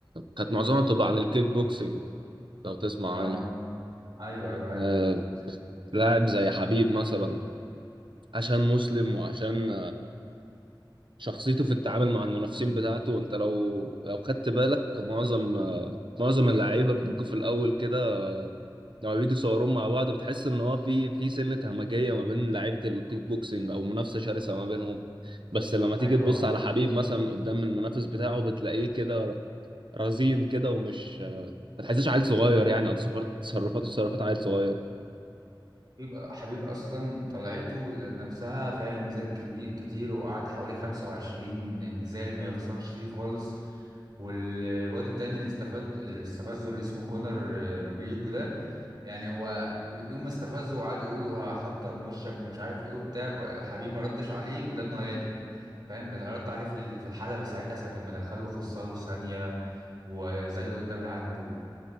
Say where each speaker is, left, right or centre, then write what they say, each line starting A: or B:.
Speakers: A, on the right; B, on the right.
A: كانت معظمها بتبقى عن الكيك بوكسنج لو تسمع
B: اه
A: عنها
B: ايوه ايوه
A: كان
B: عارف
A: آه،
B: الكيك بوكس
A: لاعب زي حبيب مثلا عشان مسلم وعشان شخصيته في التعامل مع المنافسين بتاعته انت لو لو خدت بالك معظم آه، معظم اللعيبه بيجوا في الاول كده لما بيجوا يصوروهم مع بعض بتحس ان هو في في سنه همجيه ما بين لعيبه الكيك بوكسنج او منافسه شرسه ما بينهم بس لما تيجي
B: ايوه
A: تبص
B: آه.
A: على حبيب مثلا قدام المنافس بتاعه بتلاقيه كده رزين كده ومش آه، ما تحسش عيل صغير يعني او تصرفات تصرفاته تصرفات عيل صغير
B: بيبقى حبيب اصلا طلعته ذات نفسها فيها انجازات كبير كتير وقعد حوالي 25 نزال ما يخسرش فيه خالص والواد التاني اللي استفاد اللي استفزه اللي اسمه كونر آه، ماجريجو ده يعني هو يوم ما استفزه وقعد يقول له هحطم وشك ومش عارف ايه وبتاع ك- حبيب ما ردش عليه وده انه هادئ فاهم ده رد عليه في ال- في الحلبة ساعتها ساعة ما دخله خسره في ثانية وذله قدام العالم كله